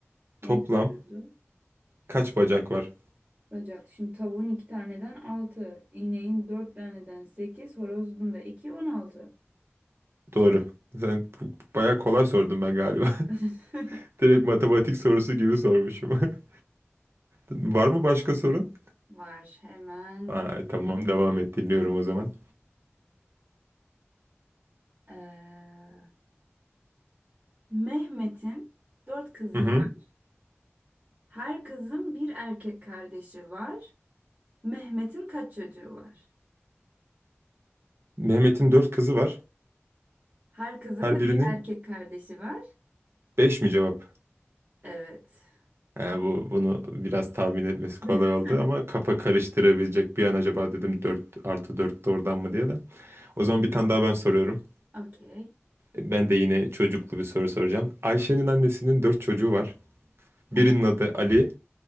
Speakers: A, on the right; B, on the right.
A: Neyi
B: Toplam
A: soruyordu?
B: kaç bacak var?
A: Bacak. Şimdi tavuğun iki taneden altı. ineğin dört taneden sekiz. Horozun da iki. On altı.
B: Doğru. Sen bu- bayağı kolay sordum ben galiba. <laughs>
A: <laughs>
B: Direkt matematik sorusu gibi sormuşum. <laughs> Var mı başka sorun?
A: Var. Hemen
B: Aa,
A: bulayım.
B: tamam devam et dinliyorum o zaman.
A: Ee, Mehmet'in dört kızı
B: Hı hı.
A: var. Her kızın bir erkek kardeşi var. Mehmet'in kaç çocuğu var?
B: Mehmet'in dört kızı var.
A: Her kızın
B: Her
A: da bir
B: birinin
A: erkek kardeşi var.
B: 5 mi cevap?
A: Evet.
B: Ha, bu bunu biraz tahmin etmesi
A: <laughs>
B: kolay oldu ama kafa karıştırabilecek bir an acaba dedim 4 artı 4 doğrudan mı diye de. O zaman bir tane daha ben soruyorum.
A: Okey.
B: Ben de yine çocuklu bir soru soracağım. Ayşe'nin annesinin dört çocuğu var.
A: Tamam.
B: Birinin adı Ali,